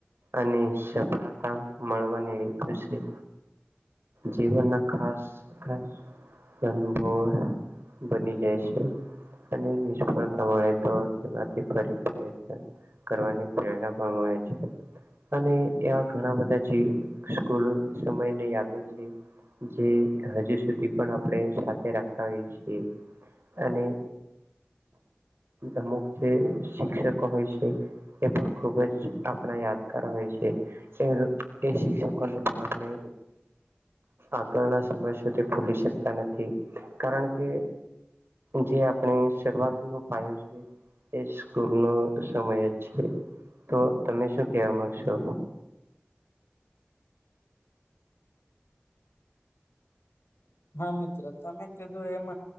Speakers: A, on the right; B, on the left.
A: અને સફળતા મળવાની ખુશી જીવન ના ખાસા ખાસ અનુભવ બની જાય છે અને નિષ્ફળ થવાની તો <unintelligible> કરવાની પ્રેરણા પણ મળે છે અને એવા ઘણા બધા જે સ્કૂલ સમયની યાદો છે જે હજુ સુધી પણ આપણે સાથે રાખતા હોય છીએ અને અમુક જે શિક્ષકો હોય છે એ પણ ખુબ જ આપણા યાદગાર હોય છે એ એ શિક્ષકોને પણ આપણે આગળના સમય સુધી ભૂલી શકતા નથી કારણ કે જે આપણે શરૂઆત નો પાયો છે એ સ્કૂલ નો સમય અ જ છે તો તમે શું કહેવા માંગશો
B: હા મિત્ર તમે કીધું એમ